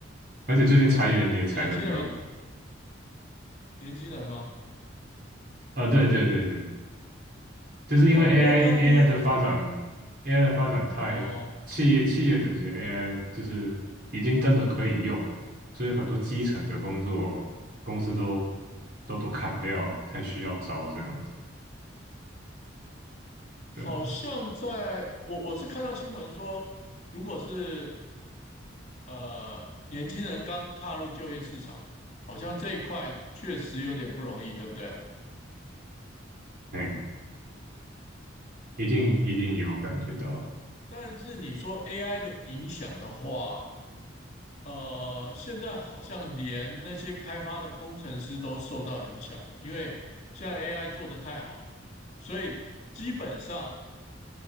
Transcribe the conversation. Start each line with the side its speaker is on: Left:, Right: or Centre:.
Right: 而且最近裁员也裁很多。
Left: 哦。你说年轻人，年轻人吗？
Right: 啊，对对对对，就是因为
Left: 如果如果刚毕业，
Right: AI AI 的发展，AI
Left: 我是
Right: 的发展太企业企业等级的
Left: 哦、
Right: AI 就是已经真的可以用了，所以很多基层的工作公司都都都砍掉，不太需要招这样。对啊，
Left: 好像在我我是看到新闻说，如果是呃年轻人刚踏入就业市场，好像这一块确实有点不容易，对不对？
Right: 哎，一定一定有感觉到，
Left: 但是你说 AI 的影响的话，呃，现在好像连那些开发的工程师都受到影响了，因为现在 AI 做得太好了，所以基本上